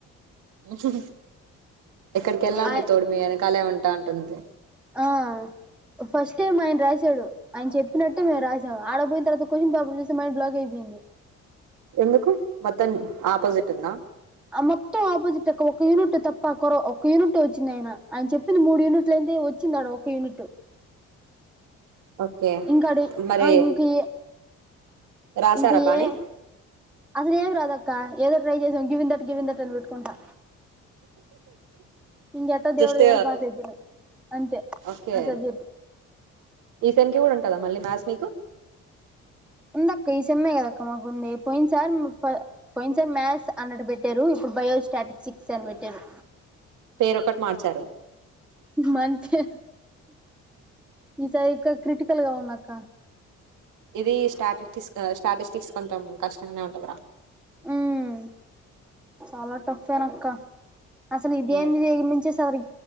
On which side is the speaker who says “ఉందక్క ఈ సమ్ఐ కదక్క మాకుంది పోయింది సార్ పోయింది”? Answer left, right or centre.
Centre